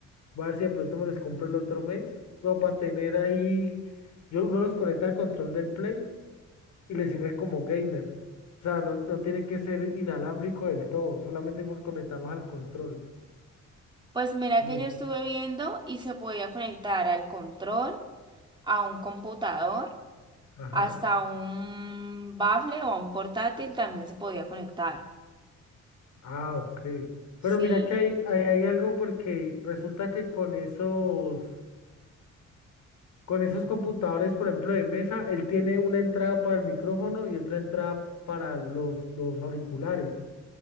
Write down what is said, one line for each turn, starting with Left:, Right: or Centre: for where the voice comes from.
Left: voy a ver si de pronto me los compro el otro mes, como para tener ahí, yo uno los conecta al control del Play y le sirve como gamer. O sea, no, no tiene que ser inalámbrico del todo, solamente por conectarlos al control.
Right: Pues mira
Left: No.
Right: que yo estuve viendo y se podía conectar al control, a un computador.
Left: Ajá.
Right: Hasta un bafle o a un portátil también se podía conectar.
Left: Ah, ok. Pero
Right: Sí.
Left: mira que hay, hay, hay algo porque resulta que con esos, con esos computadores, por ejemplo, de mesa, él tiene una entrada para el micrófono y otra entrada para los, los auriculares.